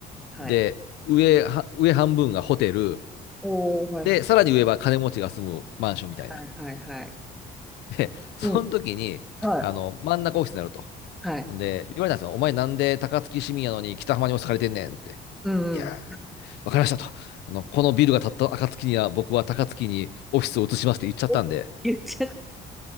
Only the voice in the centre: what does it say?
はい。
おお、はいはい
はいはいはい。
うん。はい。
はい。
うんうん。
お言っちゃっ